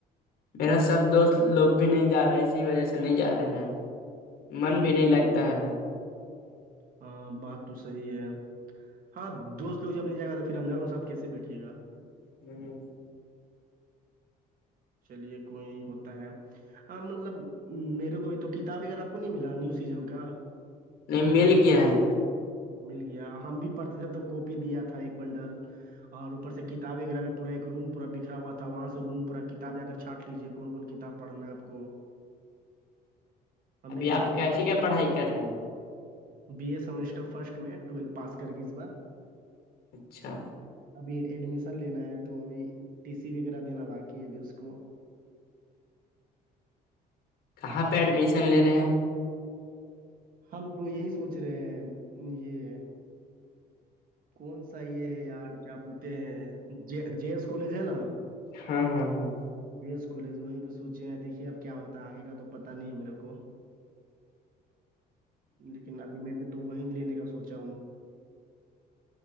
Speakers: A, on the left; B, on the right.
A: میرا سب دوست لوگ بھی نہیں جا رہے اسی وجہ سے نہیں جا رہے ہیں من
B: ہے
A: بھی نہیں
B: جی
A: لگتا ہے
B: ہاں بات تو صحیح ہے ہاں دوست لوگ جب نہیں جائے گا تو پھر انجانوں کے ساتھ کیسے بیٹھیے گا
A: ہوں
B: چلیے کوئی نہیں ہوتا ہے ہاں مطلب میرے کو تو کتاب وغیرہ آپ کو نہیں ملا نیو سیزن کا
A: نہیں مل کیا ہے
B: مل گیا ہم بھی پرڑتے تھے تو کوپی دیا تھا ایک بنڈل اور اوپر کتاب وغیرہ بھی پور ایک روم پورا بکھا ہوا تھا وہاں سے روم پور کتاب جا کر چھانٹ لیجیے کون کون کتاب تب پڑھنا ہے آپ کو ہم
A: ابھی
B: بھی گئے
A: آپ
B: تھے
A: کیسیے
B: تو
A: کیا پڑھائی کر رہے ہیں
B: بی اے سمیسٹر فرسٹ میں ٹویلو پاس کر گی اس بار
A: اچھا
B: ابھی ایڈمیشن لینا ہے تو ابھی ٹی سی وغیرہ دینا باقی ہے ابھی اس کو
A: کہاں پہ ایڈمیشن لے رہے ہیں
B: ہم تو یہی سوچ رہے ہیں یہ کون سا یہ ہے یار کیا بولتے ہیں جے ایس کالج ہے نا
A: ہاں ہاں ہاں
B: جیس کالج وہیں پہ سوچے ہیں دیکھیے اب کیا ہوتا ہے آگے کا تو پتا نہیں ہے میرے کو لیکن ابھی میں نے تو وہیں لینے کا سوچا ہوں